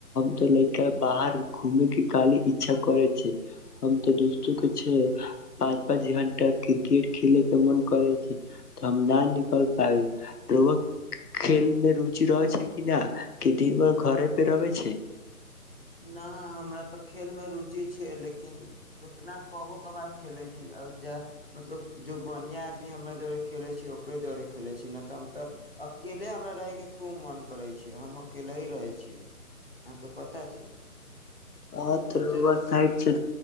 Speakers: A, on the left (about 80°); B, on the left (about 40°).
A: त लैका बाहर घूमे के खाली इच्छा करे छै हम तऽ दोस्तो के छै पाँच पाँच घंटा क्रिकेट खेले के मन करे छै तऽ हम न निकल पाबी रोआ खेल मे रुचि रहै छै कि ना कि दिन बर घरे पे रबे छै
B: ना हमरा तऽ खेलमे रुचि छै लेकिन उतना कबो कभार खेलैत छी जा मतलब जो बढ़िआँ आदमी हमरा जरे खेलैत छी ओकरे जोरे खेलैत छी नहि तऽ हम तऽ अकेले हमरा रहयके खूब मोन करैत छै हम अकेले ही रहैत छी अहाँके पता पता छै
A: हँ
B: सोचली
A: तऽ रोब साइड छै